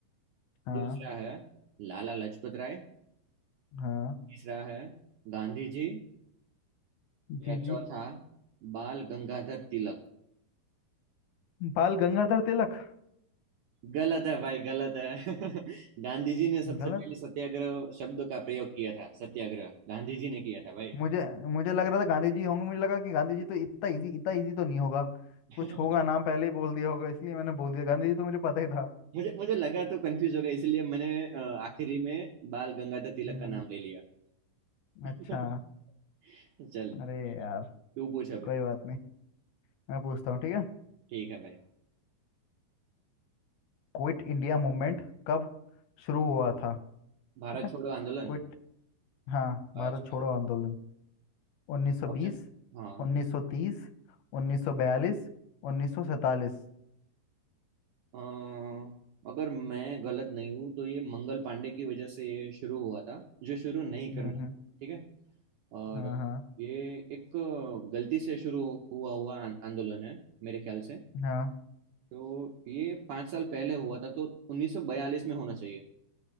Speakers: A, on the left; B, on the right.
A: हाँ
B: दूसरा है लाला लाजपत राय
A: हाँ
B: तीसरा है गांधी जी
A: जी
B: या
A: जी
B: चौथा बाल गंगाधर तिलक
A: बाल गंगाधर तिलक
B: गलत है भाई गलत है <laughs> गांधी जी ने सबसे
A: गलत
B: पहले सत्याग्रह शब्द का प्रयोग किया था सत्याग्रह गांधी जी ने किया था भाई
A: मुझे मुझे लग रहा था गांधी जी होंगे मुझे लगा कि गांधी जी तो इतना इजी इतना इजी तो नहीं होगा
B: <laughs>
A: कुछ होगा नाम पहले ही बोल दिया होगा इसलिए मैंने बोल दिया गांधी जी तो मुझे पता ही था
B: मुझे मुझे लगा तो कंफ्यूज होगा इसलिए मैंने अ, आखिरी में बाल गंगाधर तिलक
A: हम्म
B: का नाम ले लिया <laughs>
A: अच्छा
B: चल
A: अरे यार
B: तू पूछ अभी
A: कोई बात नहीं मैं पूछता हूँ ठीक है
B: ठीक है भाई
A: क्विट इंडिया मूवमेंट कब शुरू हुआ था
B: भारत
A: ठीक है
B: छोड़ो आंदोलन
A: क्विट हाँ भारत
B: अच्छा
A: छोड़ो आंदोलन उन्नीस सौ
B: ऑप्शन
A: बीस
B: हाँ
A: उन्नीस सौ तीस उन्नीस सौ बयालीस उन्नीस सौ सैतालीस
B: अ, अगर मैं गलत नहीं हूँ तो ये मंगल पांडे की वजह से ये शुरू हुआ था जो शुरू नहीं करना
A: हम्म
B: था
A: हम्म,
B: ठीक है और
A: हाँ हाँ
B: ये एक गलती से शुरू हुआ हुआ आं- आंदोलन है मेरे ख्याल से
A: हाँ
B: तो ये पाँच साल पहले हुआ था तो 1942 में होना चाहिए